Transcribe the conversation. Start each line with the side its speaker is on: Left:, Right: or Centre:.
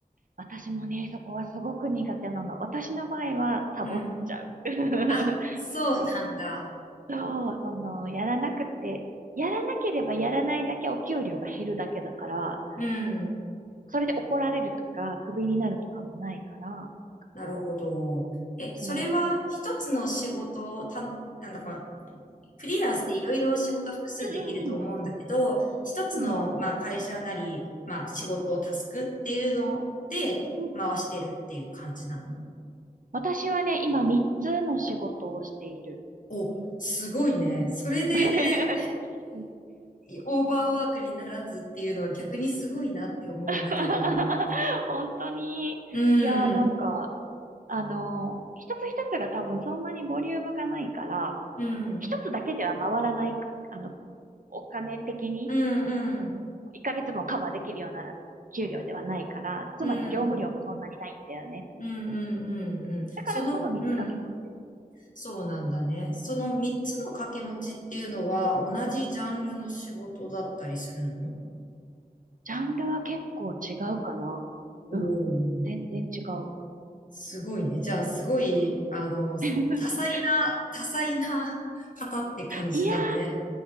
Right: 私もね、そこはすごく苦手なの。私の場合は、サボっちゃう。
Left: うん。
Right: <laughs>
Left: あ、そうなんだ。
Right: そう、その、やらなくて、やらなければやらないだけお給料が減るだけだから、
Left: うん。
Right: それで怒られるとか、クビになるとかもないから、なんかこう、
Left: なるほど。え、
Right: そ
Left: それは一つの仕事をた、
Right: う。うん
Left: なんだか、フリーランスでいろいろ仕事複数できると思うんだけど、
Right: うん
Left: 一つの、
Right: うん。
Left: まあ、会社なり、まあ、仕事、タスクっていうので回してるっていう感じなの。
Right: うん。私はね、今3つの仕事をしている。
Left: お、すごいね。それで
Right: <laughs> うん
Left: <laughs> オーバーワークにならずっていうのは逆にすごいなって思うんだけど。
Right: <laughs> 本当に、
Left: う
Right: いやーなんか、
Left: ん、
Right: あのー、一つ一つが多分そんなにボリュームがないから、
Left: うん、
Right: 一つだけでは回らない、あの、お金的に
Left: うん、うん、うん、
Right: 1ヶ月分をカバーできるような給料ではないから、
Left: うん、
Right: つまり業務量もそんなにないんだよね。
Left: うん、うん、うん。
Right: だからこそ3つ掛け持ってる。
Left: その、うん。そうなんだね。その3つの掛け持ちっていうのは同じジャンルの仕事だったりするの
Right: ジャンルは結構違うかな。
Left: おおー、
Right: うん。全然違う。
Left: すごいね。じゃあ、すごい、あの、
Right: <laughs>
Left: 多彩な、多彩な方って感じだね。
Right: いやー、